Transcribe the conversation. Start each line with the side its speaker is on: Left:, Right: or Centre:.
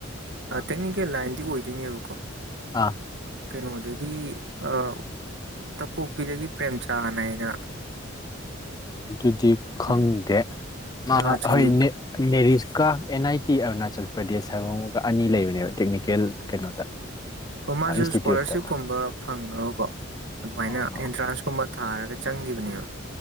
Left: ꯑꯥ
Right: ꯇꯦꯛꯅꯤꯀꯦꯜ ꯂꯥꯏꯟꯗꯤ ꯑꯣꯏꯗꯣꯏꯅꯦꯕꯀꯣ
Left: ꯑꯥ
Right: ꯀꯩꯅꯣꯗꯒꯤ ꯑꯥ ꯇꯄꯣꯛꯄꯤꯗꯒꯤ ꯄ꯭ꯔꯦꯝꯆꯥꯟ ꯍꯥꯏꯅ
Left: ꯑꯣ ꯑꯗꯨꯗꯤ ꯈꯪꯗꯦ
Right: ꯎꯝ
Left: ꯃꯥ
Right: ꯑꯔꯨꯅꯥꯆꯜꯒꯤ
Left: ꯍꯣꯏ ꯅ‌ꯦꯔ ꯅꯦꯔꯤꯁꯀꯥ ꯑꯦꯟ ꯅꯥꯏꯇꯤ ꯑꯔꯨꯅꯥꯆꯜ ꯄ꯭ꯔꯗꯦꯁ ꯍꯥꯏꯕ ꯑꯃꯒ ꯑꯅꯤ ꯂꯩꯕꯅꯦꯕ ꯇꯦꯛꯅꯤꯀꯦꯜ ꯀꯩꯅꯣꯗ
Right: ꯑꯣ ꯃꯥꯁꯨ
Left: ꯏꯟꯁꯇꯤꯇ꯭ꯌꯨꯠꯇ
Right: ꯏꯁꯀꯣꯂꯥꯔꯁꯤꯞꯀꯨꯝꯕ ꯐ ꯉꯀꯣ ꯑꯗꯨꯃꯥꯏꯅ
Left: ꯑꯥ
Right: ꯑꯦꯟꯇ꯭ꯔꯥꯟꯁꯀꯨꯝꯕ ꯊꯥꯔꯒ ꯆꯪꯈꯤꯕꯅꯦꯕ